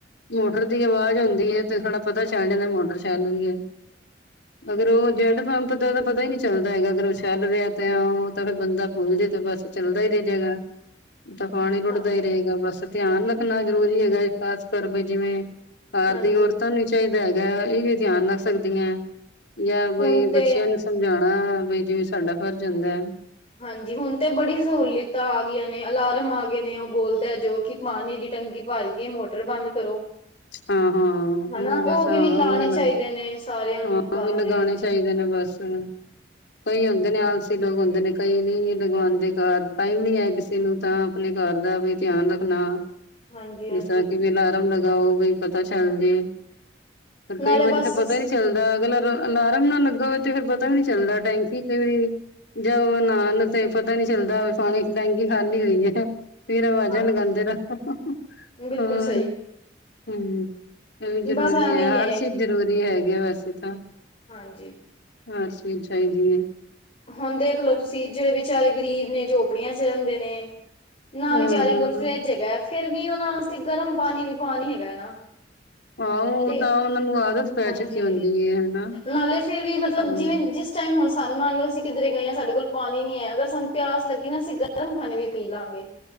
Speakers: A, on the left; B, on the left.
A: ਮੋਟਰ ਦੀ ਆਵਾਜ਼ ਹੁੰਦੀ ਐ ਤੇ ਥੋੜ੍ਹਾ ਪਤਾ ਚੱਲ ਜਾਂਦਾ ਮੋਟਰ ਚੱਲਦੀ ਰੇ।
B: ਹੂ
A: ਅਗਰ ਉਹ ਜੈੱਡ ਪੰਪ ਦਾ ਤਾਂ ਪਤਾ ਹੀ ਨਹੀਂ ਚੱਲਦਾ ਹੈਗਾ। ਅਗਰ ਉਹ ਚੱਲ ਰਿਹਾ ਤੇ ਤਾਂ ਫਿਰ ਬੰਦਾ। ਉਹਦੇ ਤੇ ਬਸ ਚੱਲਦਾ ਹੀ ਰਿਹਾ ਜੇਗਾ ਤਾਂ ਪਾਣੀ ਰੁੱੜਦਾ
B: ਹਾਂਜੀ
A: ਹੀ ਰਹੇਗਾ, ਬਸ ਧਿਆਨ ਰੱਖਣਾ ਜ਼ਰੂਰੀ ਹੈਗਾ ਖ਼ਾਸ ਕਰ ਵੀ ਜਿਵੇਂ ਘਰ
B: ਹਾਂਜੀ
A: ਦੀ ਔਰਤਾਂ ਨੂੰ ਚਾਹੀਦਾ ਹੈਗਾ, ਇਹ ਵੀ ਧਿਆਨ ਰੱਖ ਸਕਦੀਆਂ। ਜਾਂ ਬਈ
B: ਹੁਣ ਤੇ
A: ਬੱਚਿਆਂ ਨੂੰ ਸਮਝਾਉਣਾ, ਬਈ ਜਿਵੇਂ ਸਾਡਾ ਫਰਜ਼ ਹੁੰਦਾ।
B: ਹਾਂਜੀ, ਹੁਣ ਤੇ ਬੜੀ ਸਹੂਲੀਤਾਂ ਆ ਗਈਆਂ ਨੇ ਅਲਾਰਮ ਆ ਗਏ ਨੇ ਉਹ ਬੋਲਦਾ ਜੋ ਕਿ ਪਾਣੀ ਦੀ ਟੈਂਕੀ ਭਰ ਕੀ ਮੋਟਰ ਬੰਦ ਕਰੋ।
A: ਹਾਂ -ਹਾਂ।
B: ਹਨਾ
A: ਵੀ ਬਸ
B: ਉਹ
A: ਹਾਂ
B: ਲਾਣੇ
A: ਉਹਦੇ
B: ਚਾਹੀਦੇ
A: ਨਾਲ
B: ਨੇ ਸਾਰਿਆਂ ਨੂੰ
A: ਹਾਂ
B: ਘਰ
A: ਉਹ ਵੀ ਲਗਾਉਣੇ
B: ਚ
A: ਚਾਹੀਦੇ ਨੇ ਬਸ। ਹੂੰ- ਕਈ ਹੁੰਦੇ ਨੇ ਆਲਸੀ ਲੋਕ ਆਉਂਦੇ ਨੇ, ਕਈ ਨਹੀਂ ਲਗਵਾਉਣਦੇ ਘਰ, ਟਾਈਮ ਨੀ ਆਏ ਕਿਸੇ ਨੂੰ ਤਾ। ਆਪਣੇ ਘਰ ਦਾ ਵੀ, ਧਿਆਨ ਰੱਖਣਾ।
B: ਹਾਂਜੀ ਹਾਂਜੀ
A: ਜਿਸ ਤਰਾਂ ਕਿਵੇਂ ਲਾ ਰਹਾ ਲਗਾਓ, ਬਈ ਪਤਾ ਚੱਲ ਜਾਏ। ਫੇਰ
B: ਨਾਲੇ
A: ਕਈ ਵਾਰੀ
B: ਬਸ
A: ਤਾਂ ਪਤਾ ਨੀ ਚੱਲਦਾ, ਅਗਲਾ ਅਲਾਰਮ ਨਾ ਲੱਗਾ ਹੋਵੇ, ਤੇ ਫੇਰ ਪਤਾ ਵੀ ਨਹੀਂ ਚੱਲਦਾ ਟੈਂਕੀ <unintelligible> ਜਦੋਂ ਨਾਨ ਤੇ ਪਤਾ ਨੀ ਚਲਦਾ ਪਾਣੀ ਡੈਂਗੀ ਖਾਲੀ ਹੋਈ ਹੈ। ਫਿਰ ਆਵਾਜਾਂ
B: ਹਾਂਜੀ
A: ਲਗਾਉਂਦੇ ਰਹੋ।
B: ਬਿਲਕੁਲ
A: ਹੋਰ
B: ਸਹੀ
A: ਹੂ, ਇਹ ਵੀ ਜ਼ਰੂਰੀ
B: ਬਸ ਐਵੇਂ
A: ਹੈ,
B: ਹੀ
A: ਹਰ ਚੀਜ਼ ਜ਼ਰੂਰੀ ਹੈਗੇ ਵੈਸੇ ਤਾਂ।
B: ਹਾਂਜੀ।
A: ਹਰ ਚੀਜ ਚਾਹੀਦੀ ਏ।
B: ਹੁਣ ਦੇਖਲੋ ਤੁਸੀਂ, ਜਿਹੜੇ ਵਿਚਾਰੇ ਗ਼ਰੀਬ ਨੇ, ਝੋਪੜੀਆਂ ਵਿਚ ਰਹਿੰਦੇ ਨੇ। ਨਾ
A: ਹਾਂ
B: ਵਿਚਾਰਿਆਂ
A: ਹਾਂ
B: ਕੋਲ ਫਰਿੱਜ ਹੈਗਾ, ਫੇਰ ਵੀ ਉਹਨਾਂ ਵਾਸਤੇ ਗਰਮ ਪਾਣੀ ਵੀ ਪਾਣੀ ਹੈਗਾ ਨਾ।
A: ਹਾ, ਆਓ
B: ਤੇ
A: ਤਾਂ ਉਹਨਾਂ ਨੂੰ ਆਦਤ ਪੈ
B: ਹਾਂਜੀ,
A: ਚੁੱਕੀ ਹੁੰਦੀ ਹੈ ਹਨਾ
B: ਨਾਲੇ ਫੇਰ ਵੀ ਮਤਲਬ
A: ਹਮ
B: ਜਿਵੇਂ ਜਿਸ ਟਾਈਮ ਹੁਣ ਸਾਨੂੰ ਮੰਨ ਲਓ, ਕਿੱਧਰੇ ਗਏ ਹਾ ਸਾਡੇ ਕੋਲ ਪਾਣੀ ਨੀ ਹੈ, ਅਗਰ ਸਾਨੂੰ ਪਿਆਸ ਲੱਗੀ ਨਾ ਅਸੀਂ ਗਰਮ ਗਰਮ ਪਾਣੀ ਵੀ ਪੀ ਲਾਂਗੇ,